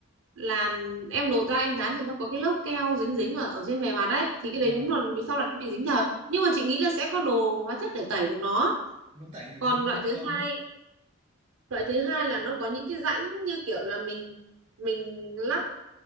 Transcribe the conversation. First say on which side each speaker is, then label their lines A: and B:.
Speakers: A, on the right (about 70°); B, on the right (about 25°).
A: làm em lột ra em dán thì nó có cái lớp keo dính dính ở ở trên bề mặt đấy thì cái đấy
B: và
A: đúng là bị- sau này nó bị dính thật nhưng mà chị nghĩ là sẽ có đồ hóa chất để tẩy được nó
B: vẫn tẩy được
A: còn
B: thôi mất
A: loại thứ
B: công
A: hai loại thứ hai là nó có những cái rãnh như kiểu là mình mình lắp